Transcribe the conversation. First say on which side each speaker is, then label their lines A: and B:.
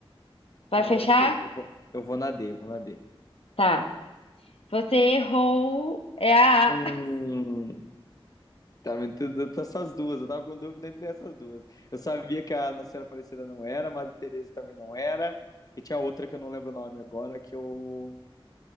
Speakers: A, on the left (about 80°); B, on the left (about 40°).
A: Vai
B: Mas
A: fechar?
B: acho que eu, eu vou eu vou na D, eu vou na D.
A: Tá. Você errou. É a
B: Hum,
A: A.
B: tá me tentando essas duas. Eu tava com dúvida entre essas duas. Eu sabia que a Nossa Senhora Aparecida não era, a Madre Teresa também não era. E tinha outra que eu não lembro o nome agora, que eu